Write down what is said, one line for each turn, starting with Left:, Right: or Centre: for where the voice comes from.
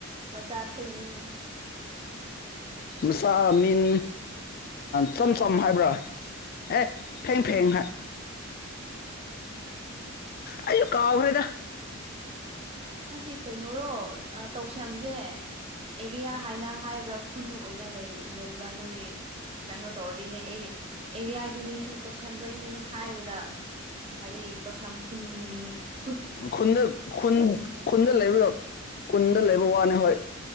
Right: ꯃꯆꯥꯈꯣꯏ ꯃꯤꯡ
Left: ꯃꯆꯥ ꯃꯤꯟ ꯆꯝ ꯆꯝ ꯍꯥꯏꯕ꯭ꯔꯥ ꯑꯦ ꯐꯦꯡ ꯐꯦꯡ ꯑ ꯀꯥꯎ ꯑꯣꯏꯗ
Right: ꯅꯠꯇꯦ ꯀꯩꯅꯣꯔꯣ ꯇꯧꯁꯌꯥꯝꯁꯦ ꯑꯦꯔꯤꯌꯥ ꯍꯥꯏꯥꯏꯅ ꯍꯥꯏ ꯭ꯔꯛ ꯈꯨꯟ ꯑꯣꯏꯅ ꯂꯩ ꯂꯩꯕ ꯅꯣꯏ ꯀꯩꯅꯣ ꯇꯧꯔꯔꯤꯣꯏꯅꯦ ꯑꯦꯔꯤꯌꯥꯒꯤ ꯃꯤꯁꯨ ꯇꯧꯁꯗꯣꯏꯅꯤꯅꯤ ꯍꯥꯏꯕꯗ ꯑꯔꯤ ꯇꯧ ꯁꯝ ꯑꯩꯈꯣꯏ
Left: ꯈꯨꯟꯗ ꯈꯨꯨꯟ ꯈꯨꯟꯗ ꯂꯩꯕꯗ ꯈꯨꯟꯗ ꯂꯩꯕ ꯋꯥꯅꯤ ꯍꯣꯏ